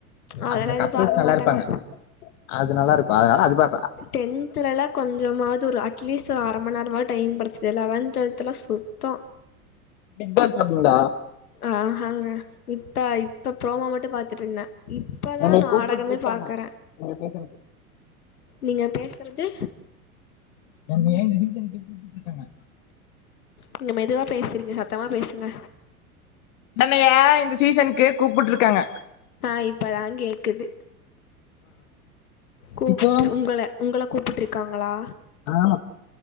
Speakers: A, on the left; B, on the left.
A: அதெல்லா
B: அந்த கப்பல்ஸ்
A: எது பாக்க
B: நல்லா
A: மாட்டேங்க.
B: இருப்பாங்க அது நல்லா இருக்கு அதனால அது பா
A: டென்த்துலல்லா கொஞ்சமாவது ஒரு அட்லீஸ்ட் ஒரு அர மண் நேரமாது டைமிங் கெடச்சது லெவத் டுவெல்த் எல்லா சுத்தோ
B: பிக் பாஸ் பாப்பீங்களா
A: ஆஹாஹங்க இப்ப இப்ப புரோமா மட்டு பாத்துட்டு இருந்தே இப் இப்பதா
B: என்னை
A: நாடகமே
B: கூப்பிட்டு இருக்காங்க
A: பாக்கற
B: இந்த சீசனுக்கு
A: நீங்க பேசுறது
B: <inaudible>
A: நீங்க மெதுவா பேசுறீங்க சத்தமா பேசுங்க
B: நம்மய இந்த சீசனுக்கு கூப்புட்ருக்காங்க
A: ஆ இப்பதா கேக்குது கூப்ட்டு
B: இப்போ
A: உங்கல உங்கள கூப்பிட்டு இருக்காங்களா
B: ஆமா